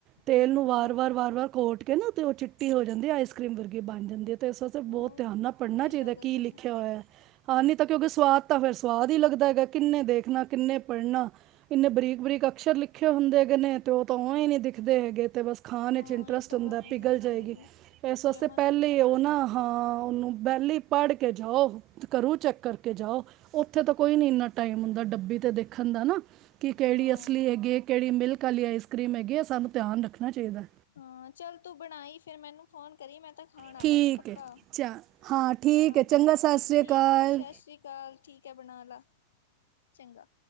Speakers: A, on the right; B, on the left.
A: ਤੇਲ
B: ਹਾਂ
A: ਨੂੰ ਵਾਰ ਵਾਰ ਵਾਰ ਵਾਰ ਕੋਟ ਕੇ ਨਾ ਤੇ ਉਹ ਚਿੱਟੀ ਹੋ ਜਾਂਦੀ ਆਈਸ ਕਰ੍ਰੀਮ ਵ ਬਣ ਜਾਂਦੀ ਹੈ ਤੇ ਇਸ ਵਾਸਤੇ
B: ਹੋਰ
A: ਬਹੁਤ ਧਿਆਨ ਨਾਲ ਪੜ੍ਹਨਾ
B: ਇਹ
A: ਚਾਹੀਦਾ
B: ਤਾਂ
A: ਕੀ
B: ਗੱਲ
A: ਲਿਖਿਆ ਹੋਇਆ ਹੈ ਹਾਂ ਨਹੀਂ ਤਾਂ ਕਿਉਂਕਿ ਸਵਾਦ ਤਾਂ ਫਿਰ ਸਵਾਦ ਹੀ ਲੱਗਦਾ ਹੈਗਾ ਕਿੰਨੇ ਦੇਖਣਾ ਕਿੰਨੇ ਪੜ੍ਹਨਾ ਇੰਨੇ ਬਰੀਕ ਬਰੀਕ ਅਕਸ਼ਰ ਲਿਖੇ ਹੁੰਦੇ ਹੈਗੇ ਨੇ ਤੇ ਉਹ ਤਾਂ ਓਇ ਨੀ ਸਿੱਖਦੇ ਹੈਗੇ ਤੇ ਬਸ ਖਾਣ
B: ਹਾਂ
A: ਵਿੱਚ ਇੰਟਰਸਟ
B: ਇਹ ਤਾਂ
A: ਹੁੰਦਾ
B: ਗੱਲ
A: ਪਿਘਲ
B: ਹੈ
A: ਜਾਏਗੀ
B: ਤੇਰੀ ਵੀ
A: ਇਸ ਵਾਸਤੇ
B: ਜਮਾ
A: ਪਹਿਲੇ
B: ਸਹੀ
A: ਉਹ ਨਾ ਹਾਂ ਉਹਨੂੰ ਪਹਿਲੀ ਪੜ੍ਹ ਕੇ ਜਾਓ ਘਰੋਂ ਚੈੱਕ ਕਰਕੇ ਜਾਓ ਉ ਉੱਥੇ ਤਾਂ ਕੋਈ ਨੀ ਇੰਨਾ ਟਾਈਮ ਹੁੰਦਾ ਡੱਬੀ ਤੇ ਦੇਖਣ ਦਾ ਨਾ ਕਿ ਕਿਹੜੀ
B: ਹਾਂ
A: ਅਸਲੀ ਹੈਗੀ ਕਿਹੜੀ ਮਿਲਕ ਕਾਲੀ ਆਈਸ ਕਰ੍ਰੀਮ ਹੈਗੀ ਆ ਸਾਨੂੰ ਧਿਆਨ ਰੱਖਣਾ ਚਾਹੀਦਾ
B: ਹਾਂ ਚੱਲ ਤੂੰ ਬਣਾਈ ਫਿਰ ਮੈਨੂੰ ਫੋਨ ਕਰੀ ਮੈਂ ਤਾਂ ਖਾਣ ਆਵਾਂਗੀ
A: ਠੀਕ
B: ਪੱਕਾ
A: ਹੈ ਚ ਠੀਕ
B: ਹਾਂ
A: ਹੈ ਚੰਗਾ ਸਤਿ ਸ਼੍ਰੀ
B: ਠੀਕ
A: ਅਕਾਲ
B: ਹੈ ਸਤਿ ਸ੍ਰੀ ਅਕਾਲ ਠੀਕ ਹੈ ਬਣਾ ਲਾ ਚੰਗਾ